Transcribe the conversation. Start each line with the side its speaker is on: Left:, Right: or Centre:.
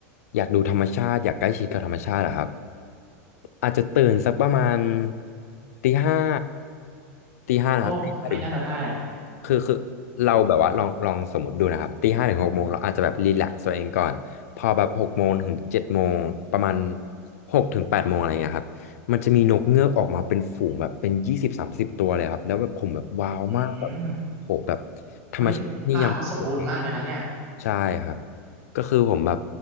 Left: อยากดูธรรมชาติอยากใกล้ชิดกับธรรมชาติอะครับอาจจะตื่นสักประมาณตีห้าตีห้านะครับตีห้าถึงหก
Right: โอ้ ไม่น่าจะได้
Left: คือคือเราแบบว่าลองลองสมมติดูนะครับตีห้าถึงหกโมงเราอาจจะแบบรีแลกซ์ตัวเองก่อนพอแบบหกโมงถึงเจ็ดโมงประมาณหกถึงแปดโมงอะไรเงี้ยครับมันจะมีนกเงือกออกมาเป็นฝูงแบบเป็นยี่สิบสามสิบตัวเลยครับแล้วแบบผมแบบว้าวมากแบบโหแบบ
Right: อืม
Left: ธรรมชาติที่นี่ยังโอเค
Right: เฮ้ยป่าต้องสมบูรณ์มากเลยนะเนี่ย
Left: ใช่ครับ ก็คือผมแบบ